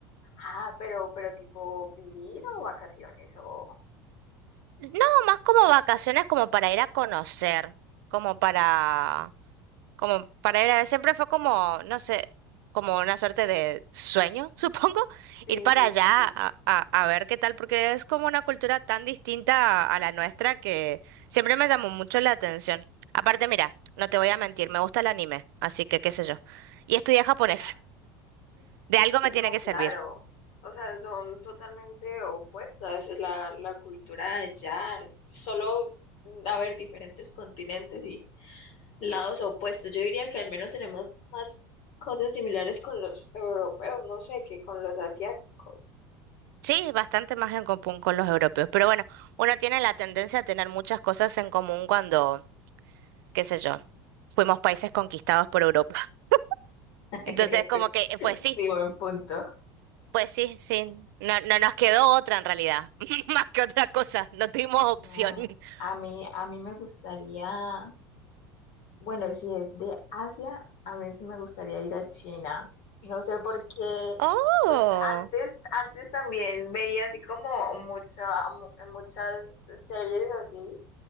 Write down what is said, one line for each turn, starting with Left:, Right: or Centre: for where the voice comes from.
Left: Ah, pero, pero tipo vivir o vacaciones o...
Right: No, más como vacaciones, como para ir a conocer, como para, como para ir a ver. Siempre fue como, no sé, como una suerte de sueño, <laughs> supongo,
Left: Sí,
Right: ir para
Left: sí,
Right: allá
Left: sí.
Right: a, a- a ver qué tal, porque es como una cultura tan distinta a, a la nuestra que siempre me llamó mucho la atención. Aparte, mira, no te voy a mentir, me gusta el anime, así que qué sé yo. Y estudié japonés,
Left: <laughs>
Right: <laughs> de algo
Left: Sí,
Right: me tiene
Left: no,
Right: que
Left: claro.
Right: servir.
Left: O sea, son totalmente opuestas. La, la cultura de allá, solo, mm, a ver, diferentes continentes y lados opuestos. Yo diría que al menos tenemos más cosas similares con los europeos, no sé, que con los asiáticos.
Right: Sí, bastante más en común con los europeos. Pero bueno, uno tiene la tendencia a tener muchas cosas en común cuando, qué sé yo, fuimos países conquistados por Europa. <laughs>
Left: <laughs>
Right: Entonces, como que, eh, pues sí,
Left: Sí, buen punto.
Right: pues sí, sí. No, no nos quedó otra en realidad, <laughs> más que otra cosa. No tuvimos opción.
Left: No,
Right: <laughs>
Left: a mí, a mí me gustaría, bueno, si es de Asia, a mí sí me gustaría ir a China. No sé por qué,
Right: Oh,
Left: pues antes, antes también veía así como mucha, mu- muchas series así